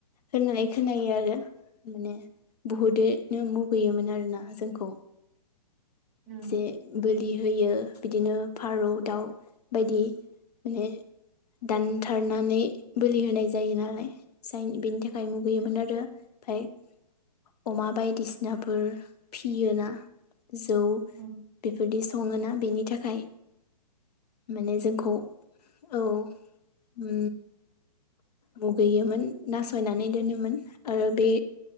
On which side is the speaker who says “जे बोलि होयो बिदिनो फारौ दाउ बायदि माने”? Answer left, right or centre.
Left